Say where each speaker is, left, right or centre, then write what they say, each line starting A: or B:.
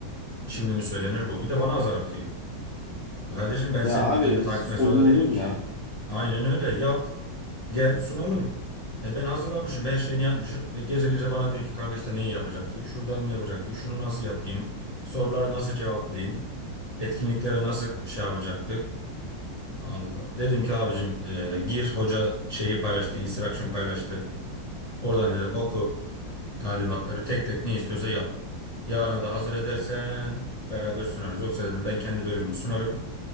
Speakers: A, on the left; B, on the left.
A: Şimdi mi söylenir bu? Bir de bana azar atıyor. Kardeşim ben
B: Ya
A: senin
B: abi
A: ödevini takip
B: sorumluluğun
A: etmek zorunda değilim
B: ya.
A: ki. Aynen öyle yap. Gel sunalım. E ben hazırlamışım, her şeyini yapmışım. E gece gece bana diyor ki kanka işte neyi yapacaktık? Şuradan mı yapacaktık? Şunu nasıl yapayım? Soruları nasıl cevaplayayım? Etkinliklere nasıl şey yapacaktık? Allah. Dedim ki abicim e, gir hoca şeyi paylaştı, instruction paylaştı. Oradan dedim oku talimatları tek tek ne istiyorsa yap. Yarına da hazır edersen beraber sunarız. Yoksa dedim ben kendi bölümümü sunarım.